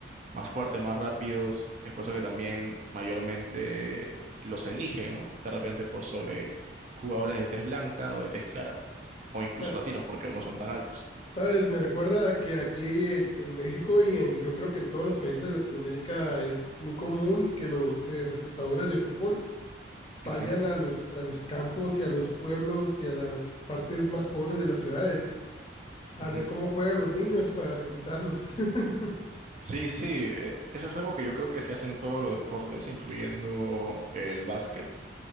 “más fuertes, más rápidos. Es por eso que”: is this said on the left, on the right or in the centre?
Right